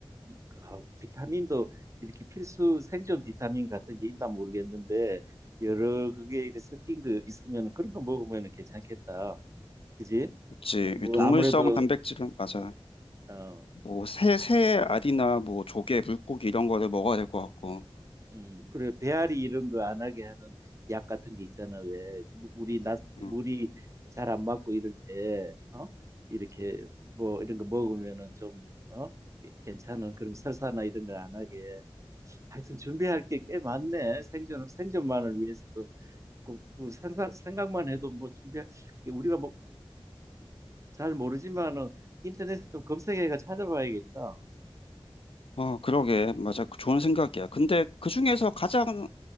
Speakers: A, on the right (about 30°); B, on the left (about 70°).
A: 이- 아, 비타민도 이렇게 필수 생존 비타민 같은 게 있나 모르겠는데 여러 그게 이렇게 섞인 거 있으면 그런 거 먹으면 괜찮겠다. 그지?
B: 그치.
A: 뭐
B: 동물성
A: 아무래도
B: 단백질은, 맞아.
A: 어,
B: 뭐, 새, 새 알이나 뭐, 조개, 물고기 이런 거를 먹어야 될 것 같고.
A: 음, 그래 배앓이 이런 거 안 하게 하는 약 같은 게 있잖아. 왜 무- 물이 나
B: 음.
A: 물이 잘 안 맞고 이럴 때 어? 이렇게 뭐 이런 거 먹으면은 좀 어? 괜찮은 그런 설사나 이런 걸 안 하게 하여튼 준비할 게 꽤 많네. 생존, 생존만을 위해서도. 그, 그 생각, 생각만 해도 뭐 준비할, 게 우리가 뭐, 잘 모르지만은 인터넷에 좀 검색해가 찾아봐야겠다.
B: 어, 그러게. 맞아. 그 좋은 생각이야. 근데 그 중에서 가장